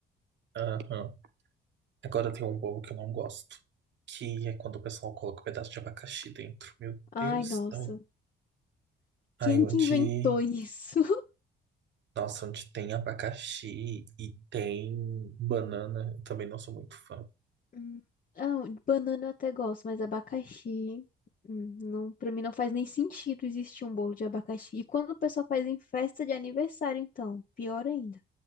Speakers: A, on the right (about 65°); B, on the left (about 45°).
A: Aham. Agora tem um bolo que eu não gosto, que é quando o pessoal coloca um pedaço de abacaxi dentro. Meu
B: Ai,
A: Deus,
B: nossa.
A: não. aí
B: Quem
A: onde.
B: que inventou <laughs> isso?
A: Nossa, onde tem abacaxi e tem banana, eu também não sou muito fã.
B: Hum. Ah, banana eu até gosto, mas abacaxi. hum, Não, para mim não faz nem sentido existir um bolo de abacaxi. E quando o pessoal faz em festa de aniversário, então, pior ainda.